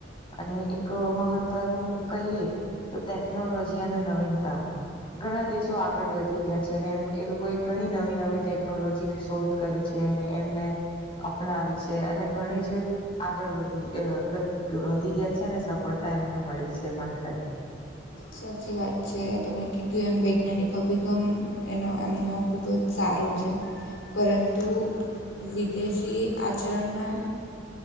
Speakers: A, on the left; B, on the left.
A: અને એક મહત્વનું કહીએ તો ટેકનોલોજી અને નવીનતા ઘણા દેશો આગળ વધી ગયા છે ને એમ એ લોકો કોઈ ઘણી નવી નવી ટેકનોલોજીની શોધ કરી છેને એમને અપનાવી છે અને ઘણી જ આગળ વધી વધી ગયા છે ને સફળતા એમને મળી છે પણ ખરી.
B: સાચી વાત છે તમે કીધું એમ વૈજ્ઞાનિક અભિગમ એનો એમનો ખૂબ જ સારો છે પરંતુ વિદેશી આચરણના